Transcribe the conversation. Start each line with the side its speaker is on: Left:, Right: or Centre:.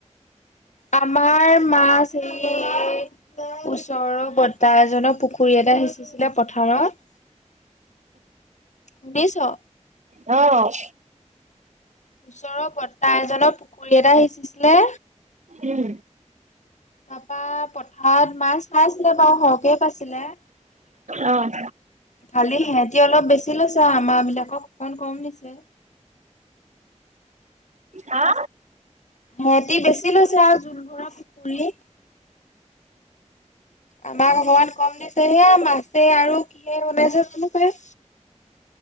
Left: আমাৰ মাছ হেৰি ওচৰৰ বৰ্তা এজনে পুখুৰী এটা সিঁচিছিলে পথাৰত। শুনিছ।
Right: অ',
Left: ওচৰৰ বৰ্তা এজনৰ পুখুৰী এটা সিঁচিছিলে,
Right: উম,
Left: তাৰপা পথাৰত মাছ পাইছিলে বাৰু সৰহকে পাইছিলে।
Right: অ',
Left: খালি সিহতি অলপ বেছি লৈছে, আমাৰ বিলাকক অকমান কম দিছে।
Right: হা?
Left: সিহঁতি বেছি লৈছে আৰু জোন বোৰ পুখুৰী। আমাক অকমান কম দিছে, সেয়া মাছে আৰু কিহে বনাইছে জানু পাই।